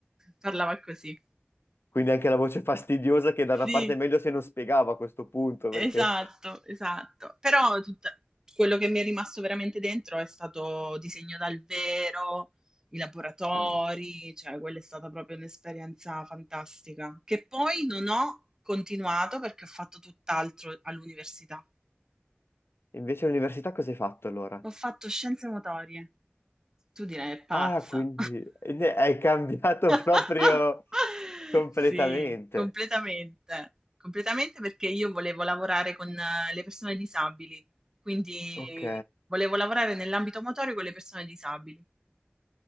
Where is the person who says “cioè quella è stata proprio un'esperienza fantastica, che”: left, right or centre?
Right